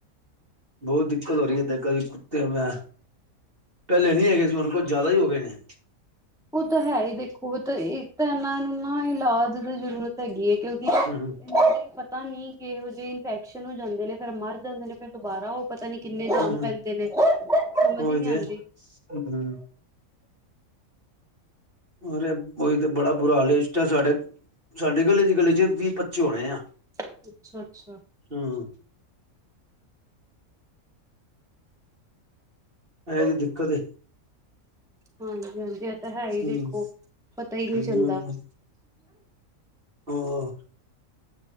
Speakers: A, on the right; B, in the centre.
A: ਬਹੁਤ ਦਿੱਕਤ ਹੋ ਰਹੀ ਏਦਾਂ ਕ ਤੇ ਮੈਂ ਪਹਿਲੇ ਨਹੀਂ ਹੈਗੇ ਸੀ ਉਹਨਾਂ ਕੋਲ ਜ਼ਿਆਦਾ ਹੀ ਹੋ ਗਏ ਨੇ
B: ਉਹ ਤਾਂ ਹੈ ਹੀ ਦੇਖੋ ਤਾਂ ਇਹ ਤਾਂ ਇਹਨਾਂ ਨੂੰ ਨਾ ਇਲਾਜ ਦੀ ਜ਼ਰੂਰਤ ਹੈਗੀ ਹੈ ਕਿਉਂਕਿ ਇਹਨਾਂ
A: ਹੂੰ ਹੂੰ
B: ਨੇ ਪਤਾ ਨੀ ਕਿਹੋ ਜਿਹੇ ਇਨਫੈਕਸ਼ਨ ਹੋ ਜਾਂਦੇ ਨੇ ਫੇਰ ਮਰ ਜਾਂਦੇ ਨੇ ਫੇਰ ਦੁਬਾਰਾ ਉਹ ਪਤਾ ਨੀ ਕਿੰਨੇ ਕੰਮ
A: ਹੂੰ
B: ਪੈਂਦੇ ਨੇ ਸਮਝ
A: ਹੂੰ ਉਹੀ
B: ਹੀ ਨਹੀਂ
A: ਤੇ
B: ਆਉਂਦੀ।
A: ਹੂੰ ਔਰ ਉਹੀ ਤੇ ਬੜਾ ਬੁਰਾ ਹਾਲ ਇਸਟ ਆ ਸਾਡੇ ਸਾਡੇ ਗਲੇ ਚ ਗਲੀ ਚ ਵੀਹ ਪੱਚੀ ਹੋਣੇ ਆ।
B: ਅੱਛਾ, ਅੱਛਾ। <unintelligible>
A: ਹੂੰ ਇਹ ਜੀ ਦਿੱਕਤ ਏ
B: ਹਾਂਜੀ-ਹਾਂਜੀ ਆ ਤਾਂ ਹੈ
A: ਹੂੰ
B: ਹੀ ਦੇਖੋ ਪਤਾ ਹੀ ਨਹੀਂ ਚੱਲਦਾ।
A: ਹੂੰ ਉਹ